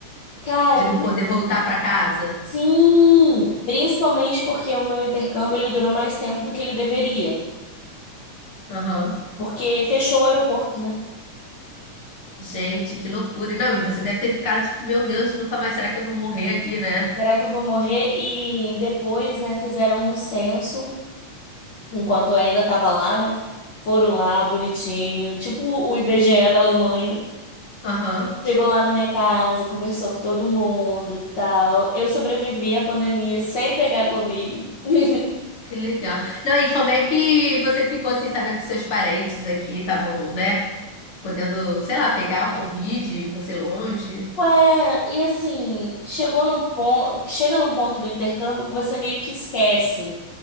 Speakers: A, on the left; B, on the left.
A: Cara,
B: De não poder voltar pra casa.
A: Sim, principalmente porque o meu intercâmbio ele durou mais tempo do que ele deveria,
B: Aham.
A: porque fechou o aeroporto, né?
B: Gente, que loucura. E Não, e você deve ter ficado tipo, meu Deus, nunca mais será que eu vou morrer aqui, né?
A: Será que eu vou morrer? E depois, né, fizeram um censo, enquanto eu ainda tava lá, né? Foram lá, bonitinho, tipo o IBGE da Alemanha.
B: Aham,
A: Chegou lá na minha casa, conversou com todo mundo, tal. Eu sobrevivi à pandemia sem pegar Covid. <laughs>
B: que legal. Não, e como é que você ficou assim, sabendo que seus parentes aqui estavam, né? Podendo, sei lá, pegar o Covid, e você longe?
A: Ué, e assim, chegou num ponto, chega num ponto do intercâmbio que você meio que esquece.